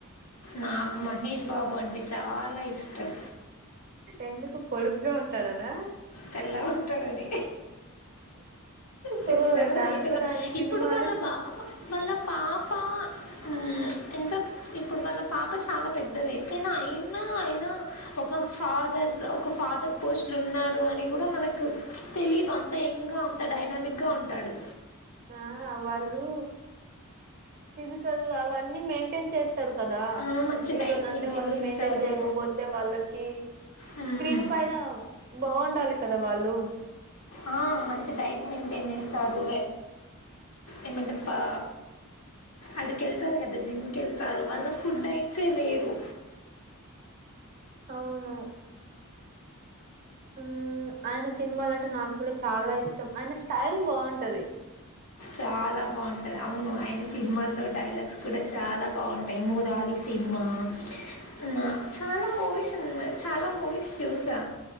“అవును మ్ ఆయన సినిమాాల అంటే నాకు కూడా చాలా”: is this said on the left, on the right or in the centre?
Right